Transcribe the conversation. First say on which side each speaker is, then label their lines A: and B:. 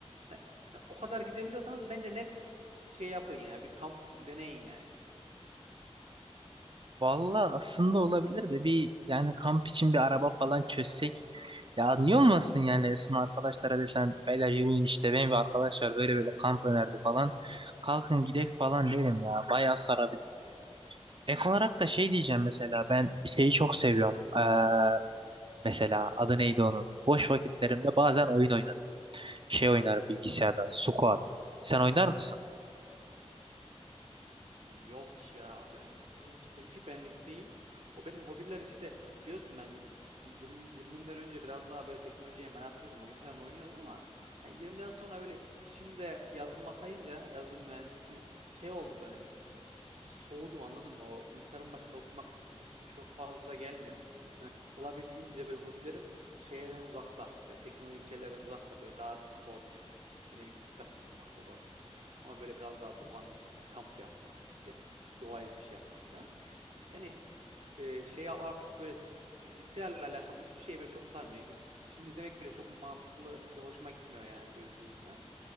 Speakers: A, on the right; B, on the right.
A: Hani- yani o kadar gidebiliyorsanız bence net şey yapın ya. Bir kamp deneyin yani.
B: Valla aslında olabilir de bir yani kamp için bir araba falan çözsek ya niye olmasın yani sınıf arkadaşlara desem beyler yürüyün işte benim bir arkadaş var böyle böyle kamp önerdi falan kalkın gidek falan derim ya bayağı sarabilir. Ek olarak da şey diyeceğim mesela ben şeyi çok seviyorum. Ee, mesela adı neydi onun? Boş vakitlerimde bazen oyun oynarım. Şey oynarım bilgisayarda. Squat. Sen oynar mısın?
A: Yok ya ben hiç hiç benlik değil. O benim hobiler işte biliyorsun ben bir 20 20'den önce biraz daha böyle teknolojiye meraklıydım. Oyun falan oynuyordum ama hani 20'den sonra böyle işimde yazılıma kayınca yazılım mühendisliği şey oldu böyle. Hani bir soğudum anladın mı? O bilgisayarın başında oturmak hissi, hissi çok fazla gelmiyor. Hani olabildiğimce böyle hobilerim şeylerden uzakta. Böyle teknolojik şeylerden uzakta böyle daha sportif. işte ne bileyim kitap okumak olabilir. Ama böyle biraz daha doğanın içinde kamp yapmak, işte doğa yürüyüşü yapmak falan. Yani e, şey artık böyle s- bilgisayarla alakalı hiçbir şey böyle çok sarmıyor. Yani Gidip film izlemek bile çok mantıklı ve hoşuma gitmiyor yani böyle dizi falan.